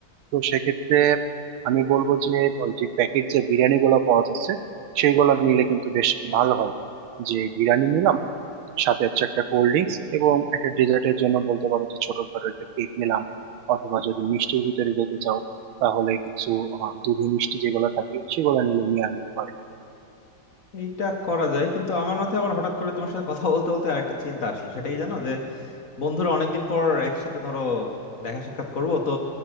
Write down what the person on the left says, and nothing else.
এইটা করা যায় কিন্তু আমার মাথায় আবার হঠাৎ করে তোমার সাথে কথা বলতে বলতে আরেকটা চিন্তা আসলো সেটাই জানো যে বন্ধুরা অনেকদিন পর একসাথে ধরো দেখা সাক্ষাৎ করব তো